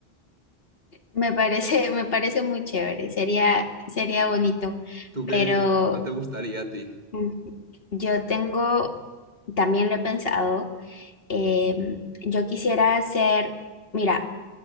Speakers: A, on the left; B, on the right.
A: Me parece, me parece muy chévere, sería, sería bonito,
B: ¿Tú
A: pero
B: qué? ¿Cuál te gustaría a ti?
A: mm, yo tengo, también lo he pensado, eh, yo quisiera hacer, mira,